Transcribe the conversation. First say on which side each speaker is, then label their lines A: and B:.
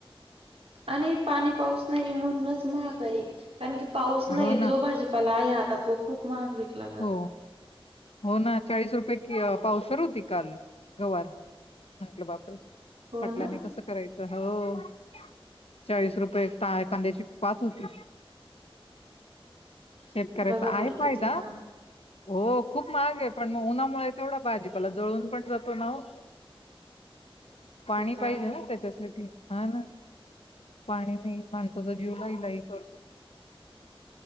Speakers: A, on the right; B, on the left.
A: आणि पाणी पाऊस नाही म्हणूनच महाग आहे कारण की पाऊस- नाही
B: हो ना
A: जो भाजीपाला आहे आता तो खूप महाग विकला जातो.
B: हो हो ना चाळीस रुपये कि पावसर होती काल गवार म्हटलं बाप रे
A: हो
B: पटल्याने
A: ना
B: कसं करायचं. हो चाळीस रुपये कांद्याची पात होती.
A: <unintelligible>
B: शेतकऱ्याचा
A: बघा
B: आहे
A: बरं
B: फायदा.
A: किती महाग
B: हो खूप महाग आहे पण मग उन्हामुळे तेवढा भाजीपाला जळून पण जातो ना ओ.
A: <unintelligible>
B: पाणी
A: ते तर आहे.
B: पाहिजे ना त्याच्यासाठी. हा ना पाणी नाही माणसाचा जीव लाहीलाही करतो.